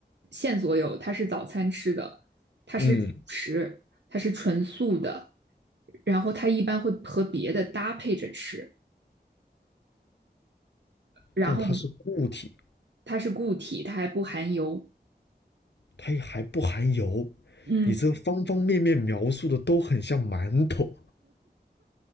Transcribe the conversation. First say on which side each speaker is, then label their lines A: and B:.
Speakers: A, on the right; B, on the left.
A: 线索有，它是早餐吃的，
B: 嗯，
A: 吃，它是纯素的，然后它一般会和别的搭配着吃，然后
B: 但它是固体，
A: 它是固体，它还不含油。
B: 它也还不含油。
A: 嗯，
B: 你这方方面面描述的都很像馒头，